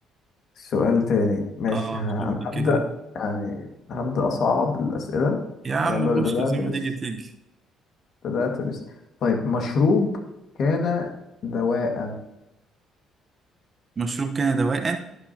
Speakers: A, on the left; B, on the right.
A: سؤال تاني ماشي
B: أه
A: ها-
B: شوف
A: أنا
B: لي
A: هبدأ
B: كده
A: يعني هبدأ أصعب الأسئلة
B: يا عم
A: أنا ب-
B: خش
A: بدأت
B: زي ما
A: بس
B: تيجي تيجي
A: بدأت بس طيب مشروب كان دواء
B: مشروب كان دواء